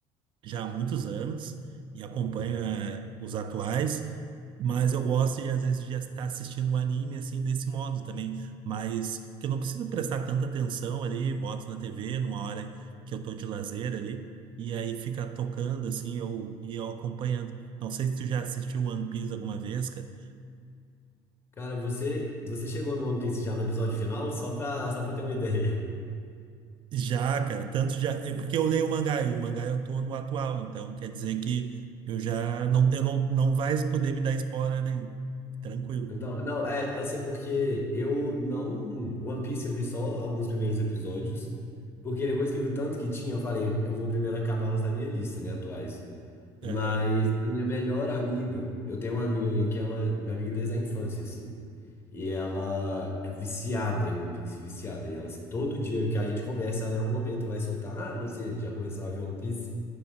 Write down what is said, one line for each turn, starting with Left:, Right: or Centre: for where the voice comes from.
Right: já há muitos anos e acompanho
Left: Uhum.
Right: eh, os atuais, mas eu gosto de às vezes já estar assistindo o anime assim desse modo também, mas que eu não preciso prestar tanta atenção ali, boto na TV numa hora que eu tô de lazer ali e aí fica tocando assim, eu e eu acompanhando. Não sei se tu já assistiu One Piece alguma vez, cara.
Left: Cara, você, você chegou no One Piece já no episódio final, só pra, só pra ter uma ideia. <laughs>
Right: Já, cara, tanto já, é porque eu leio o mangá e o mangá eu tô no atual, então quer dizer que eu já não, eu não, não vai poder me dar spoiler nenhum. Tranquilo.
Left: Então, não, é assim, porque eu não. One Piece eu vi só alguns primeiros episódios, porque depois que eu vi o tanto que tinha, eu falei, eu vou primeiro acabar os da minha lista, né, atuais. Mas
Right: Aham.
Left: a minha melhor amiga, eu tenho uma amiga minha que ela, minha amiga desde a infância, assim. E ela é viciada em One Piece, viciada. E ela, assim, todo dia que a gente conversa, ela em algum momento vai soltar: Ah, você já começou a ver One Piece?